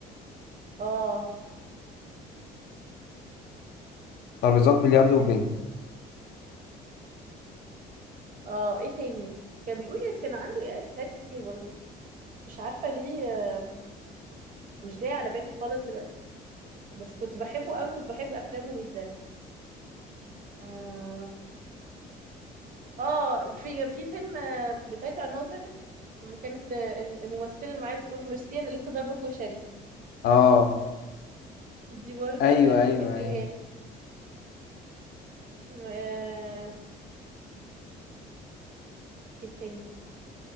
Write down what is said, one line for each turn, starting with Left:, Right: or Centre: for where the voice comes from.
Right: اه
Left: ترابيزات بلياردو وبينج
Right: كان بيقول اه ايه تاني كان بيقول إيه؟ كان عنده إفيهات كتير برضو مش عارفة ليه آه، مش جاية على بالي خالص دلوقتي بس كنت بحبه قوي كنت بحب أفلامه جدا اه آه، في في فيلم آه، بتاع الناظر لما كانت آه، الممثلة اللي معايا بتقول له ميرسي أنا لسه ضاربة كشري
Left: اه
Right: دي برضو
Left: ايوه
Right: كانت
Left: ايوه
Right: من الإفيهات
Left: ايوه
Right: آه ايه تاني